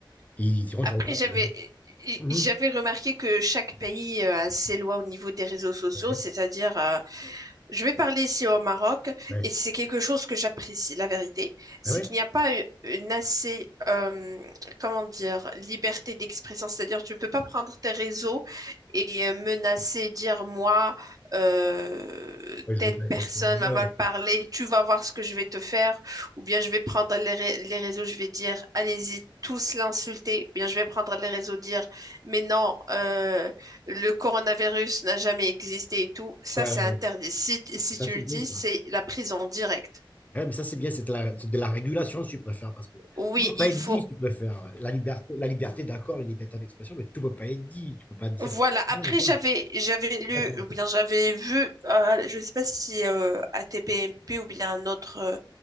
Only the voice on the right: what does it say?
Après,
j'avais
j'avais remarqué que chaque pays euh, a ses lois au niveau des réseaux sociaux,
c'est-à-dire euh, Je vais parler ici au Maroc
et c'est quelque chose que j'apprécie, la vérité. C'est
qu'il n'y a pas eu- une assez, euh, comment dire, liberté d'expression. C'est-à-dire, tu ne peux pas prendre tes réseaux et euh, menacer, dire moi, euh,
telle
personne
m'a mal
parlé, tu vas voir ce que je vais te faire. Ou bien je vais prendre les, ré- les réseaux, je vais dire allez-y, tous l'insulter. Ou bien je vais prendre les réseaux, dire mais non. euh, le coronavirus n'a jamais existé et tout, ça
c'est interdit.
Si, si
tu
le dis,
c'est la prison directe.
Oui,
il
faut.
Voilà. Après,
j'avais j'avais lu
ou bien j'avais vu, euh, je ne sais pas si euh, ATPMP ou bien un autre, euh,